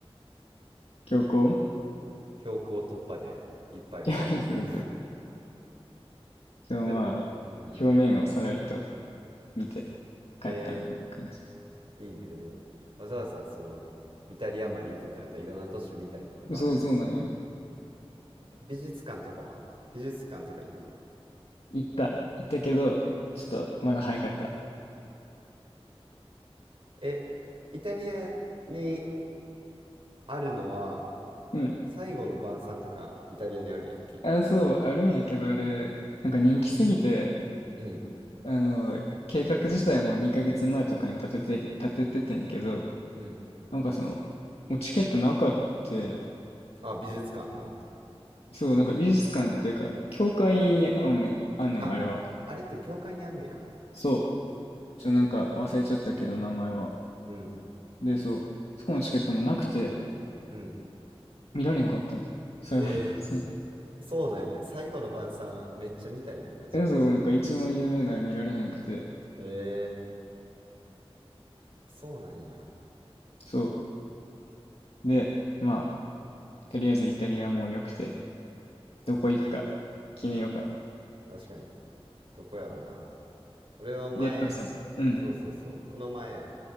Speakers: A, on the left (about 70°); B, on the right (about 60°).
A: 強行
B: 強行突破でいっぱい回ったってこ
A: <laughs> そうそう。そう、
B: でもうんうん
A: まあ、表面をさらりと見て
B: え
A: 帰ったみたいな感じ。
B: ー、いいねでもわざわざそのイタリアまで行くってなったらいろんな都市見たいってのもあるやんな
A: そうそうなんよ。
B: 美術館とかは美術館とか行ったの
A: 行った。行ったけど、ちょっとまだ早かった。
B: えイタリアにあるのは
A: うん。
B: 最後の晩餐とかイタリアにあるんやっけ
A: あ、そう、あるんやけど、あれ、なんか人気すぎて、
B: うん
A: あの、計画自体も2ヶ月前とかに立てて、立てててんけど、
B: うん
A: なんかその、もうチケットなかって、
B: あ美術館の
A: そう、なんか美術館っていうか、教会にあんねん、あんねん、
B: ああれって教会にあんねや
A: あれは。そう。ちょ、なんか忘れちゃったけど、名前は。
B: うん
A: で、そう、そこのチケットもなくて、
B: うん
A: 見られんかったん。最後の晩餐。
B: えー、そうなんや最後の晩餐めっちゃ見たいねんな自分
A: え、そう、なんか一番有名な絵見られへんくて、
B: えー、そうなんや
A: そう。で、まあ、とりあえずイタリアも良くて、どこ行くか決めようか。
B: 確かにどこやろな俺は前、
A: で、やっぱその、うん、
B: そうそうそう、この前